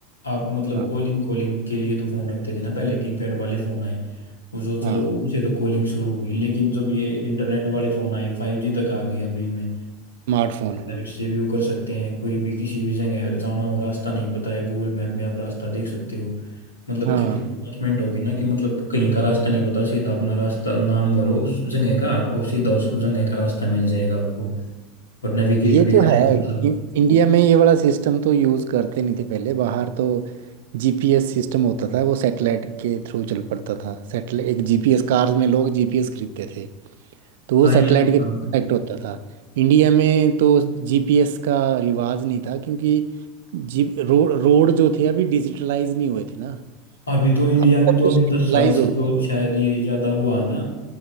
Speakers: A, on the left; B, on the right.
A: आप मतलब
B: हाँ
A: कॉलिंग कॉलिंग के लिए तो फोन रखते थे ना पहले कीपैड वाले फोन आए उसको चलो
B: हाँ
A: उनसे तो कॉलिंग शुरू हुई लेकिन जब ये इंटरनेट वाले फोन आए 5G तक आ गए अभी में
B: स्मार्टफोन हाँ
A: लाइट से व्यू कर सकते हैं कोई भी किसी भी जगह जाना हो रास्ता नहीं पता है गूगल मैप में आप रास्ता देख सकते हो मतलब
B: हाँ
A: कितनी एडवांसमेंट होगी ना कि मतलब कहीं का रास्ता नहीं पता सीधा अपना रास्ता नाम भरो उस जगह का और सीधा उस जगह का रास्ता मिल जाएगा आपको और नेविगेट
B: ये
A: भी
B: तो
A: करेगा
B: है
A: मतलब
B: इ- इंडिया में ये वाला सिस्टम तो यूज़ करते नहीं थे पहले बाहर तो जीपीएस सिस्टम होता था वो सैटेलाइट के थ्रू चल पड़ता था सैटेलाइट एक जीपीएस कार्स में लोग जीपीएस खरीदते थे तो वो
A: हाँ ये
B: सैटेलाइट
A: तो था
B: के थ्रू कनेक्ट होता था इंडिया में तो जीपीएस का रिवाज नहीं था क्योंकि जी रोड रोड जो थे अभी डिजिटलाइज नहीं हुए थे ना
A: अभी तो इंडिया
B: अब सब
A: में तो
B: कुछ
A: अभी
B: डिजिटलाइज
A: दस साल से
B: हो गया
A: तो शायद ये ज्यादा हुआ ना